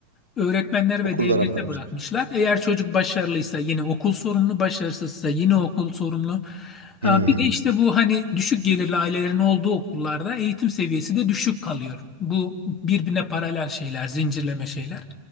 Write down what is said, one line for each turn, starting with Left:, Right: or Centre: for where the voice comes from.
Left: Öğretmenler ve
Right: Okullara
Left: devlete
Right: bırakmışlar.
Left: bırakmışlar. Eğer çocuk başarılıysa yine okul sorumlu, başarısızsa yine okul sorumlu.
Right: Hmm.
Left: Ee, Bir de işte bu hani düşük gelirli ailelerin olduğu okullarda eğitim seviyesi de düşük kalıyor. Bu birbirine paralel şeyler, zincirleme şeyler.